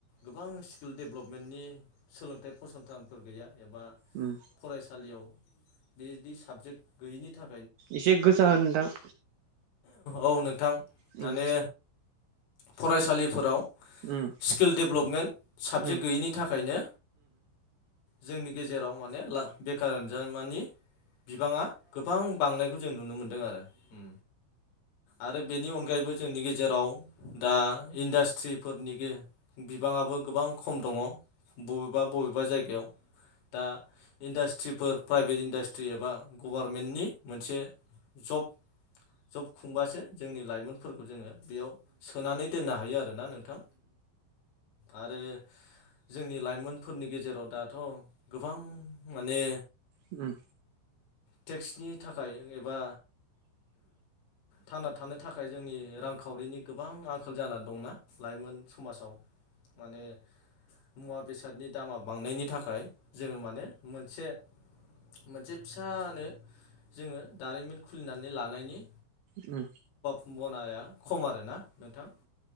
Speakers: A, on the left (about 85°); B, on the right (about 75°).
A: गोबां स्किल दडेभ्लपमेन्टनि सोलोंथाइ फसंथानफोर गैया एबा
B: उम
A: फरायसालियाव बेदि साबजेक्ट गैयिनि था
B: इसे गोसा होन नोंथां
A: औ नोंथां
B: उम
A: माने फरायसालिफोराव
B: उम
A: स्किल डेभेलपमेन्ट साबजेक्ट
B: उम
A: गैयैनि थाखायनो जोंनि गेजेराव माने ला बेखार होनजा मानि बिबांङा गोबां बांनायखौ जों नुनो मोनदों आरो उम आरो बेनि अनगायैबो जोंनि गेजेराव दा इन्डास्ट थ्रिफोरनि गे बिबांङाबो गोबां खम दङ बबेबा बबे बबेबा जायगायाव दा इन्डास्ट्रिफोर प्राइभेट इन्डास्ट्रि एबा गभारनमेन्टनि मोनसे जब खुंबासो जोंनि लाइमोनफोरखौ जोङो बेयाव सोनानै दोननो हायो आरोना नोंथां। आरो जोंनि लाइमोनफोरनि गेजेराव दाथ' गोबां माने
B: उम।
A: टेक्सनि थाखाय एबा थांना थानो थाखाय जोंनि रांखावरिनि गोबां आंखाल जा दंना? लाइमोन समाजाव माने-' मुवा बेसादनि दामा बांनायनि थाखाय जोङो माने मोनसे -मोनसे फिसानो जोङो दारिमिन खुलिनानै लानायनि
B: उम।
A: नाया खम आरो। ना नोंथां?